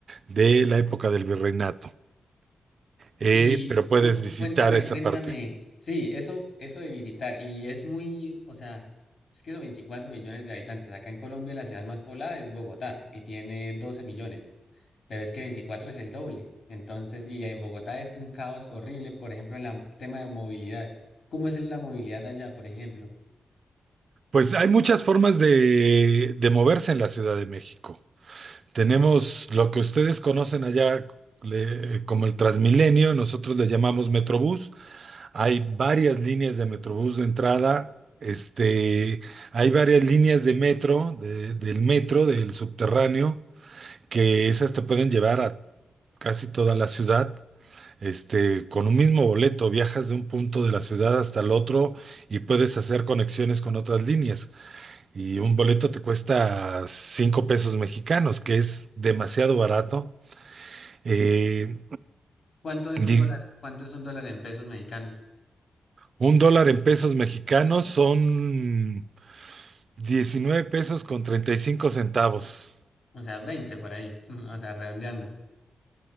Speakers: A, on the right (about 55°); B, on the left (about 55°).
A: de la época del virreinato. Eh,
B: Y
A: pero puedes
B: cu-
A: visitar
B: cuéntame,
A: esa
B: cuéntame.
A: parte.
B: Sí, eso, eso de visitar. Y es muy, o sea, es que son 24 millones de habitantes. Acá en Colombia la ciudad más poblada es Bogotá y tiene 12 millones, pero es que 24 es el doble. Entonces, y en Bogotá es un caos horrible, por ejemplo, en el tema de movilidad. ¿Cómo es la movilidad allá, por ejemplo?
A: Pues hay muchas formas de, de moverse en la Ciudad de México. Tenemos lo que ustedes conocen allá le- como el Transmilenio, nosotros le llamamos Metrobús. Hay varias líneas de Metrobús de entrada, este, hay varias líneas de metro, de- del metro, del subterráneo, que esas te pueden llevar a casi toda la ciudad. Este, con un mismo boleto viajas de un punto de la ciudad hasta el otro y puedes hacer conexiones con otras líneas. Y un boleto te cuesta cinco pesos mexicanos, que es demasiado barato. Eh,
B: ¿Cuánto es un
A: di-
B: dólar? ¿Cuánto es un dólar en pesos mexicanos?
A: un dólar en pesos mexicanos son 19 pesos con 35 centavos.
B: O sea, 20 por ahí, <laughs> o sea, redondeando.